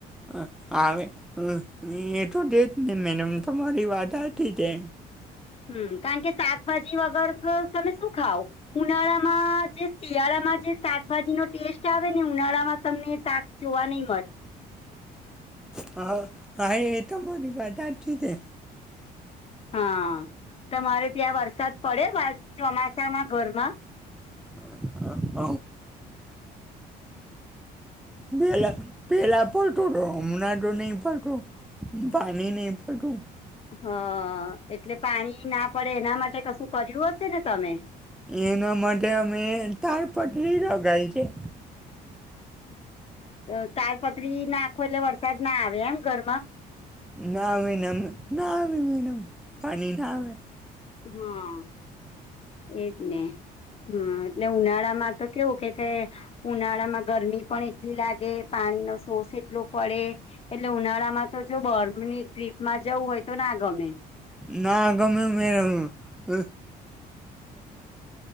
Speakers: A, in the centre; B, on the left.
A: હ આવે હ એ તો દે જ ને મેનેમ તમારી વાત હાચી તે
B: હમ્મ, કારણ કે શાકભાજી વગર તો તમે શું ખાવ ઉનાળામાં જે શિયાળામાં જે શાકભાજીનો ટેસ્ટ આવે ને ઉનાળામાં તમને શાક જોવા નય
A: હ હા એ તમારી વાત હાચી છે.
B: હા તમારે ત્યાં વરસાદ પડે બાર ચોમાસામાં ઘરમાં
A: <unintelligible> પેલા પેલાં પલટું તું હમણાં તો નહીં પલતું. પાણી નઈ પડતું.
B: હ એટલે પાણી ના પડે એના માટે કશું કર્યું હશે ને તમે?
A: એના માટે અમે તાલપટલી લગાયી તી.
B: હ તાલપત્રી નાખો એટલે વરસાદના આવે એમ ઘર
A: નાવીનમ ના આવે મેડમ પાણી ના નાવે.
B: હા એજ ને હા એટલે ઉનાળામાં તો કેવું કે કે ઉનાળામાં ગરમી પણ એટલી લાગે પાણીનો સોર્સ એટલો પડે એટલે ઉનાળામાં તો જો બર્મની ટ્રીપમાં જવું હોય તો ના ગમે
A: ના ગમે મેંમ. <unintelligible>